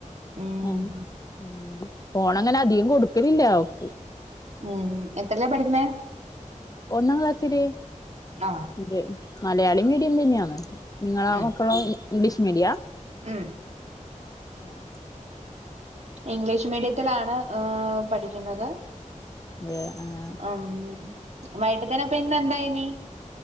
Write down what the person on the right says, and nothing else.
ഉം
ഉം എത്രേല്ലാ പഠിക്കണേ?
ആഹ്
ഉം
ഉം
ഇംഗ്ലീഷ് മീഡിയത്തിലാണ് ഏഹ് പഠിക്കുന്നത്.
ഉം വൈട്ടി തന്നെപ്പ ഇന്ന എന്തായിനി?